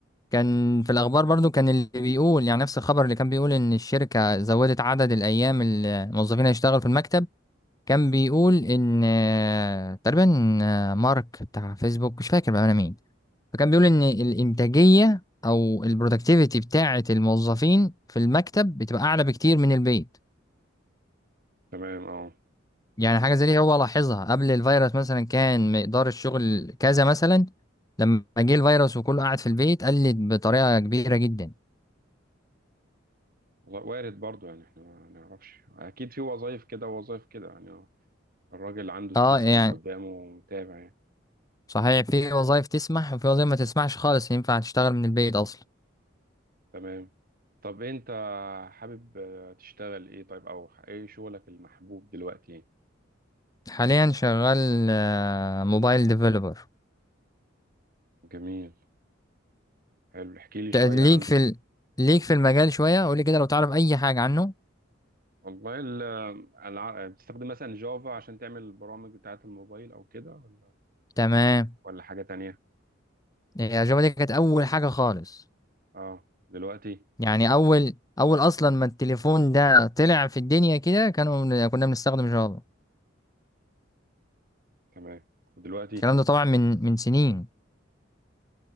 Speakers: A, on the left; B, on the right.
A: كان في الاخبار برضو كان اللي بيقول يعني نفس الخبر اللي كان بيقول ان الشركه زودت عدد الايام اللي الموظفين هيشتغل في المكتب كان بيقول ان آه، تقريبا آه، مارك بتاع فيسبوك مش فاكر بقى انا مين فكان بيقول ان الانتاجيه او البرودكتيفيتي بتاعه الموظفين في المكتب بتبقى اعلى بكتير من البيت
B: تمام اه
A: يعني حاجه زي دي هو لاحظها قبل الفيروس مثلا كان مقدار الشغل كذا مثلا لما جه الفيروس وكله قاعد في البيت قلت بطريقه كبيره جدا
B: والله وارد برضو يعني احنا ما نعرفش اكيد في وظائف كده ووظائف كده يعني اه. الراجل عنده السيستم
A: اه يعني
B: قدامه متابع يعني
A: صحيح في وظائف تسمح وفي وظائف ما تسمحش خالص ينفع تشتغل من البيت اصلا
B: تمام طب انت حابب آه، تشتغل ايه طيب او ايه شغلك المحبوب دلوقتي
A: حاليا شغال آه، موبايل ديفلوبر
B: جميل حلو احكي لي شوية
A: ليك
B: عنه
A: في
B: كده
A: ال... ليك في المجال شوية قولي كده لو تعرف أي حاجة عنه
B: والله ال- الع- بتستخدم مثلا جافا عشان تعمل البرامج بتاعة الموبايل أو كده ولا
A: تمام
B: ولا حاجة تانية؟
A: الأجابة دي كانت أول حاجة خالص
B: اه دلوقتي
A: يعني أول أول أصلا ما التليفون ده طلع في الدنيا كده كانوا بن- كنا بنستخدم جافا
B: تمام ودلوقتي
A: الكلام ده طبعا من من سنين